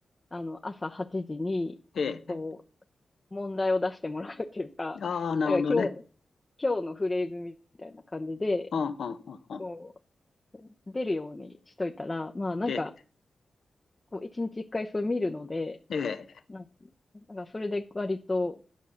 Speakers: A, on the left (about 25°); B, on the left (about 75°).
A: あの、朝8時に、
B: ええ。
A: こう、問題を出してもらうっていうか、
B: ああ、
A: <laughs>
B: なるほどね。
A: なんか今日、今日のフレーズみたいな感じで、
B: うん、うん、うん、うん。
A: こう、出るようにしといたら、まあなんか、
B: ええ。
A: こう、一日一回それ見るので、
B: ええ。
A: なんか、なんかそれで割と、